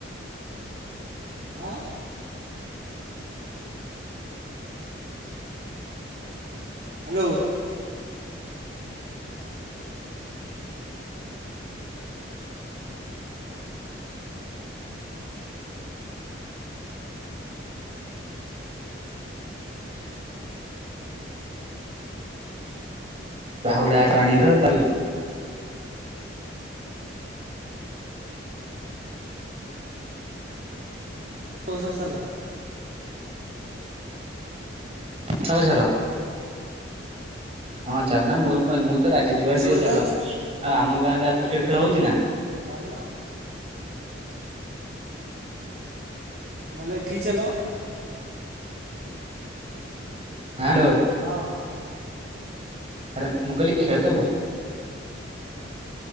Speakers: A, on the right (about 55°); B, on the right (about 30°).
A: ଆଁ। ହାଲୋ।
B: କହୁଡା ଟାଣିିବ ତାକୁ
A: ତସ ରେ ଚାଲ।
B: ଅଶୋକଝର
A: ହଁ।
B: ହଁ ଚାଲୁ ନା ମୋର କଣ ଅଛି, ମୁଁ ତ ରାଜି। ଯୁଆଡେ
A: ଅସୋଜ
B: ଯିବ ଚାଲ।
A: ଯାଇଛୁ?
B: ଆଉ ଆମ ଗାଁରେ ଆଉ କ୍ରିକେଟ ଖେଳ ହେଉଛି ନା?
A: ଚାଲୁନା। ନହେଲେ ଏଠିକି ଚାଲ।
B: ହାଲୋ।
A: ହଁ।
B: ଆରେ ମୁଁ କହିଲି ଖେଳୁ ଥିବ